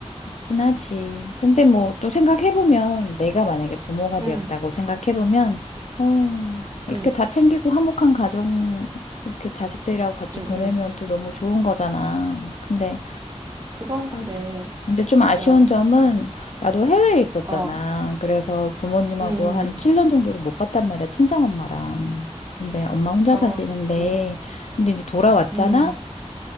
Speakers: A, on the left (about 75°); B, on the right (about 30°).
A: 흔하지. 근데 뭐 또 생각해보면 내가 만약에 부모가 되었다고
B: 응,
A: 생각해보면 어, 이렇게
B: 응,
A: 다 챙기고 화목한 가정 이렇게 자식들이랑 같이
B: 응,
A: 보내면
B: 응.
A: 또 너무 좋은 거잖아. 근데
B: 그건 그래.
A: 아, 근데 좀
B: 맞아.
A: 아쉬운 점은 나도 해외에 있었잖아.
B: 어.
A: 그래서 부모님하고
B: 음,
A: 한 7년
B: 음.
A: 정도를 못 봤단 말이야. 친정엄마랑. 근데 엄마 혼자
B: 아,
A: 사시는데
B: 그치.
A: 근데 이제 돌아왔잖아.
B: 음,